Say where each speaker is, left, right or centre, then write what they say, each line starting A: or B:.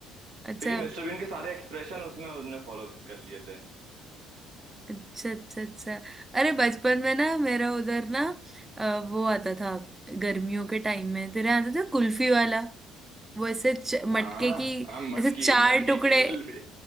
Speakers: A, on the right (about 70°); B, on the right (about 15°).
A: क्योंकि
B: अच्छा
A: मिस्टर बीन के सारे एक्सप्रेशन उसमें उसने फॉलो कर लिए थे
B: अच्छा अच्छा अच्छा अरे बचपन में ना मेरा
A: हाँ
B: उधर ना अ, वो आता था गर्मियों के टाइम में तेरे यहाँ आता था कुल्फी वाला वो ऐसे च- मटके
A: हाँ
B: की
A: हाँ, मटकी
B: ऐसे चार
A: मटकी
B: टुकड़े
A: की बिल भी